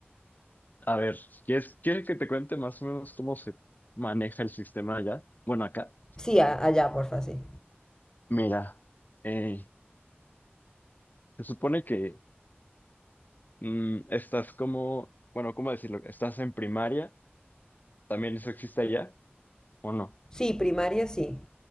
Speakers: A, on the left; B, on the left.
A: A ver, ¿quieres, quieres que te cuente más o menos cómo se maneja el sistema allá? Bueno, acá,
B: Sí, a- allá, porfa, sí.
A: mira, eh, se supone que mm, estás como, bueno, ¿cómo decirlo? Estás en primaria, también eso existe allá, ¿o no?
B: Sí, primaria, sí.